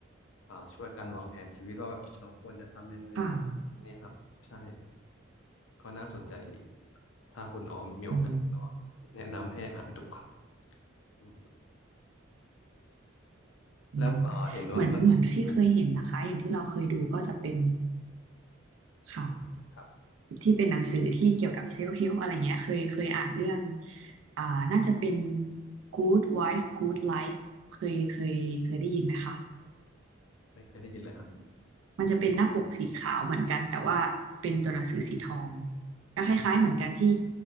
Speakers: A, on the left; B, on the right.
A: อ่าช่วยการวางแผนชีวิตว่าแบบเราควรจะทำยังไง
B: ค่ะ
A: เนี่ยครับใช่ก็น่าสนใจดี ถ้าคุณออมมีโอกาสก็
B: อืม
A: แนะนำให้อ่านดูครับอืม
B: อืม
A: แล้วเอ่อเห็นว่าเมื่อกี้อืม
B: เหมือนเหมือนที่เคยเห็นนะคะอย่างที่เราเคยดูก็จะเป็นค่ะ
A: อืมครับ
B: ที่เป็นหนังสือที่เกี่ยวกับเซลฟ์เฮล p อะไรเงี้ยเคยเคยอ่านเรื่องอ่าน่าจะเป็น Good Wife Good Life เคยเคยเคยได้ยินไหมคะ
A: ไม่เคยได้ยินเลยฮะ
B: มันจะเป็นหน้าปกสีขาวเหมือนกันแต่ว่าเป็นตัวหนังสือสีทองก็คล้ายๆเหมือนกันที่